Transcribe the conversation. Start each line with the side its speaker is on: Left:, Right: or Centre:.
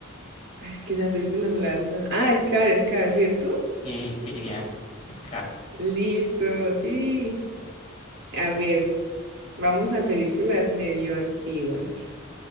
Right: Ah, es que esa película me la hace tan... Ah, Scar, Scar, ¿cierto?
Left: Sí, sí, bien. Scar.
Right: Listo, sí. A ver, vamos a películas medio antiguas.